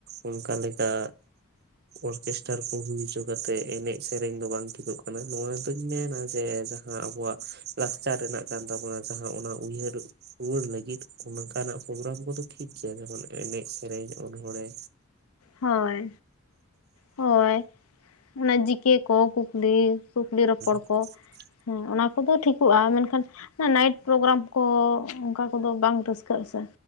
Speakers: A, on the right (about 50°); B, on the left (about 85°).
A: ᱚᱱᱠᱟ ᱞᱮᱠᱟ ᱚᱨᱠᱮᱥᱴᱟᱨ ᱠᱚ ᱦᱩᱭ ᱦᱚᱪᱚ ᱠᱟᱛᱮᱜ ᱮᱱᱮᱡ ᱥᱮᱨᱮᱧ ᱫᱚ ᱵᱟᱝ ᱴᱷᱤᱠᱚᱜ ᱠᱟᱱᱟ ᱱᱚᱣᱟ ᱫᱩᱧ ᱢᱮᱱᱟ ᱡᱮ ᱡᱟᱦᱟᱸ ᱟᱵᱚᱣᱟᱜ ᱞᱟᱠᱪᱟᱨ ᱨᱮᱱᱟᱜ ᱠᱟᱱ ᱛᱟᱵᱚᱱᱟ ᱡᱟᱦᱟᱸ ᱚᱱᱟ ᱩᱭᱦᱟᱹᱨ ᱨᱩᱣᱟᱹᱲ ᱞᱟᱹᱜᱤᱫ ᱚᱝᱠᱟᱱᱟᱜ ᱯᱨᱳᱜᱨᱟᱢ ᱠᱚᱫᱚ ᱴᱷᱤᱠ ᱜᱮᱭᱟ ᱡᱮᱢᱚᱱ ᱮᱱᱮᱡ ᱥᱮᱹᱨᱮᱧ ᱚᱱᱚᱲᱦᱮᱸ
B: ᱦᱳᱭ ᱦᱳᱭ ᱚᱱᱟ ᱡᱤᱠᱮ ᱠᱚ ᱠᱩᱠᱞᱤ ᱠᱩᱠᱞᱤ ᱨᱚᱯᱚᱲ
A: <unintelligible>
B: ᱠᱚ
A: <unintelligible>
B: ᱦᱮᱸ ᱚᱱᱟ ᱠᱚᱫᱚ ᱴᱷᱤᱠᱚᱜᱼᱟ ᱢᱮᱱᱠᱷᱟᱱ ᱱᱟᱭᱤᱴ ᱯᱨᱳᱜᱨᱟᱢ ᱠᱚ ᱚᱱᱠᱟ ᱠᱚᱫᱚ ᱵᱟᱝ ᱨᱟᱹᱥᱠᱟᱹᱜ ᱟᱥᱮ